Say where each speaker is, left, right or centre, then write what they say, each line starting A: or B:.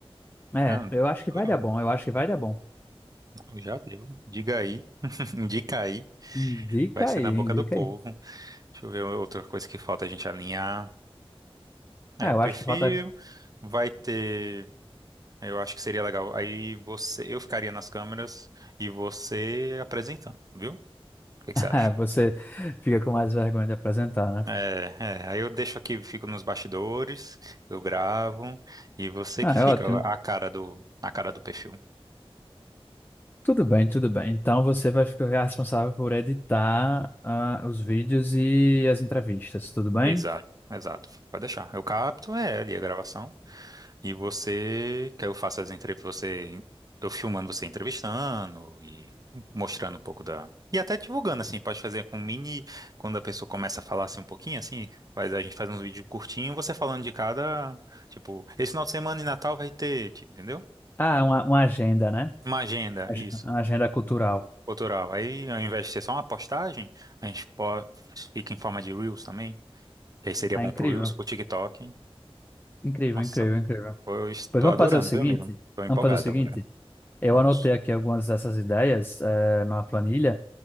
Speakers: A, on the left (about 20°); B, on the right (about 40°).
A: É,
B: Ah,
A: eu acho que
B: adorando.
A: vai dar bom, eu acho que vai dar bom.
B: Não, já deu. Diga aí, <laughs> indica aí.
A: Indica
B: Vai ser
A: aí,
B: na boca
A: indica
B: do povo.
A: aí.
B: Deixa eu ver outra coisa que falta a gente alinhar. É,
A: Ah,
B: o
A: eu
B: perfil
A: acho que falta. <laughs>
B: vai ter Eu acho que seria legal. Aí você, eu ficaria nas câmeras e você apresentando, viu? O que que
A: É,
B: você acha?
A: você fica com mais vergonha de apresentar, né?
B: É, é, aí eu deixo aqui, fico nos bastidores, eu gravo e você
A: Ah,
B: que fica
A: é ótimo.
B: a cara do, a cara do perfil.
A: Tudo bem, tudo bem. Então você vai ficar responsável por editar ah, os vídeos e as entrevistas, tudo bem?
B: Exato, exato. Pode deixar. Eu capto, é, ali a gravação. E você, que eu faço as entrevistas, você, eu filmando você entrevistando e mostrando um pouco da. E até divulgando, assim, pode fazer com mini, quando a pessoa começa a falar assim um pouquinho, assim, faz, a gente faz um vídeo curtinho, você falando de cada, tipo, esse final de semana e Natal vai ter, ti- entendeu?
A: Ah, é uma, uma agenda, né?
B: Uma agenda,
A: Ag-
B: isso,
A: Uma agenda cultural.
B: cultural. Aí, ao invés de ser só uma postagem, a gente po- fica em forma de Reels também, que aí seria
A: Ah,
B: bom
A: incrível,
B: pro Reels, pro TikTok.
A: incrível,
B: Nossa,
A: incrível, incrível.
B: eu estou
A: Pois vamos
B: adorando,
A: fazer o seguinte,
B: viu, amigo? estou empolgado
A: vamos fazer o seguinte.
B: agora.
A: Eu
B: Vamos,
A: anotei aqui algumas dessas ideias eh, numa planilha.